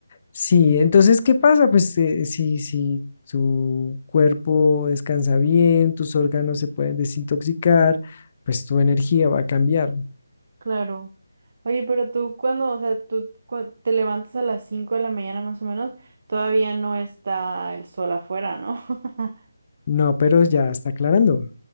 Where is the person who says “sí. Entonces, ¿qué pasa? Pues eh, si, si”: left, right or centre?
Left